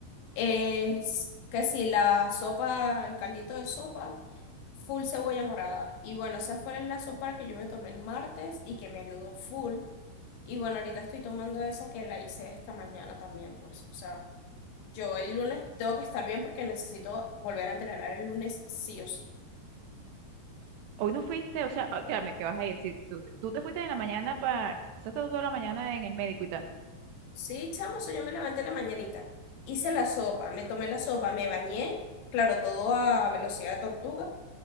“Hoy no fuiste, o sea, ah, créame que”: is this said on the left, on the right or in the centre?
Right